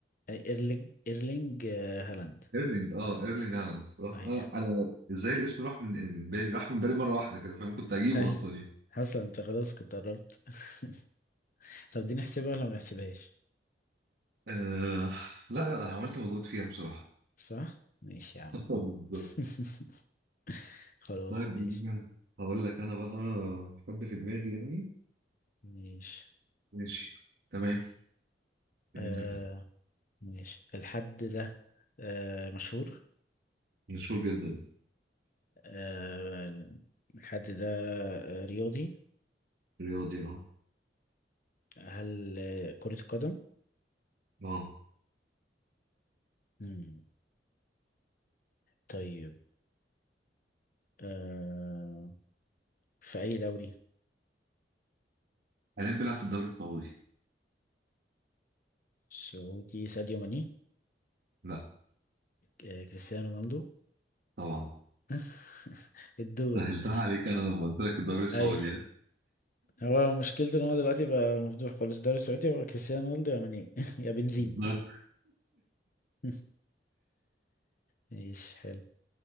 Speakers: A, on the left (about 50°); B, on the right (about 65°).
A: ايرلينج ايرلينج آه، هالاند
B: ايرلينج اه ايرلينج هالاند صح
A: اي
B: انا انا ازاي الاسم راح من من بالي راح من بالي مره واحده كده فاهم كنت هجيبه
A: <laughs> اي
B: اصلا يعني
A: حسن انت خلاص كنت قربت <laughs> طب دي نحسبها ولا ما نحسبهاش
B: آه لا لا انا عملت مجهود فيها بصراحه
A: صح ماشي يا عم
B: <laughs> بالظبط
A: <laughs> خلاص
B: طيب
A: ماشي
B: بينا. هقول لك انا بقى حد في دماغي يعني
A: ماشي
B: ماشي تمام بما
A: آه
B: انك ده.
A: ماشي الحد ده آه مشهور
B: مشهور جدا
A: آه الحد ده آه رياضي
B: رياضي اه
A: هل آه كرة القدم
B: اه
A: مم. طيب آه في أي دوري
B: حاليا بيلعب في الدوري السعودي
A: سعودي ساديو ماني
B: لا
A: آه كريستيانو رونالدو
B: طبعا
A: <laughs> الدون
B: سهلتها
A: <laughs>
B: عليك انا لما قلت لك الدوري السعودي
A: اي
B: يعني
A: هو مشكلته ان هو دلوقتي بقى مفضوح خالص الدوري السعودي هو كريستيانو رونالدو يا ماني <laughs> يا بنزيما
B: بالظبط
A: <laughs> ماشي حلو